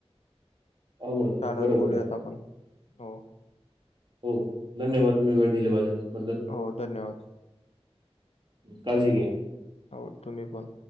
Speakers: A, on the right; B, on the left.
A: अवघड जातो
B: चालल
A: बरोबर
B: बोलूयात
A: आहे
B: आपण, हो..
A: हो धन्यवाद वेळ तुम्हीं दिल्याबदल, दिल्याबद्दल.
B: हो धन्यवाद.
A: काळजी घ्या.
B: हो तुम्ही पण.